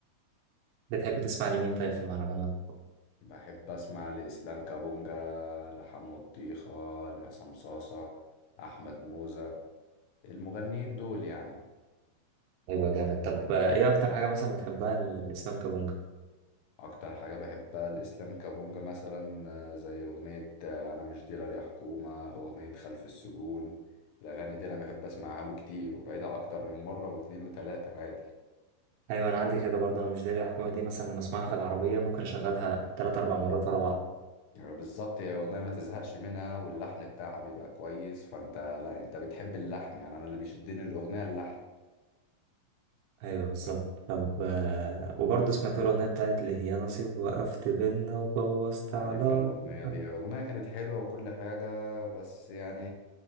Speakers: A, on the right; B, on the left.
A: بتحب تسمع لمين طيب في المهرجانات
B: بحب اسمع لاسلام كابونجا لحمو الطيخة لعصام صاصة احمد موزة المغنيين دول يعني
A: ايوه جامد طب آه، ايه اكتر حاجه مثلا بتحبها الاسلام كابونجا
B: اكتر حاجة بحبها الاسلام كابونجا مثلا آه، زي اغنية آه، انا مش ديلر يا حكومة اغنية خلف السجون الاغاني دي انا بحب اسمعها له كتير وبعيدها اكتر من مرة واتنين وتلاتة عادي
A: ايوه انا عندي كده برضه انا مش داري الحكومه دي مثلا لما اسمعها في العربيه ممكن اشغلها تلات اربع مرات ورا بعض
B: يعني بالظبط هي اغنية ما تزهقش منها واللحن بتاعها بيبقى كويس فانت لا انت بتحب اللحن يعني انا اللي بيشدني الاغنية اللحن
A: ايوه بالظبط طب آه، وبرضه سمعت له الاغنيه بتاعت اللي هي نصيب وقفت بينا وبوظت
B: عارفها
A: علاقتنا
B: الاغنية دي اغنية كانت حلوة وكل حاجة بس يعني